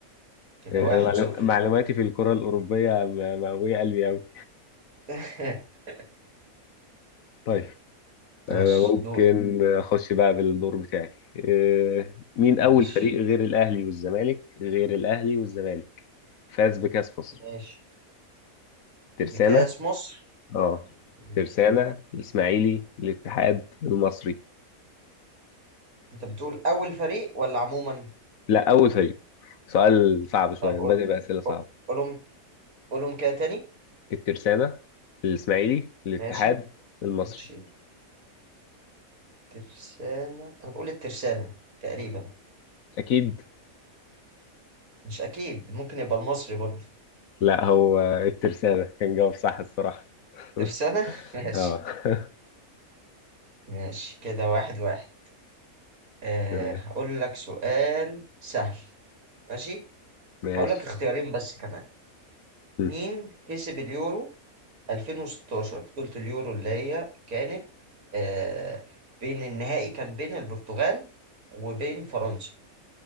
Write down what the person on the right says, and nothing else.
كده
واحد
صفر
<laughs>
ماشي
دور
ماشي
ماشي
بكاس مصر
ماشي
انت بتقول اول فريق ولا عموما
طيب قول-
قول- قولهم قولهم كده تاني
ماشي
ماشي ترسانة انا بقول الترسانة تقريبا
مش اكيد ممكن يبقى المصري برضه
ترسانة <laughs> ماشي
ماشي كده واحد واحد آه
هقول لك سؤال سهل ماشي
هقول لك اختيارين بس كمان
مين كسب اليورو 2016 بطولة اليورو اللي هي كانت آه بين النهائي كان بين البرتغال وبين فرنسا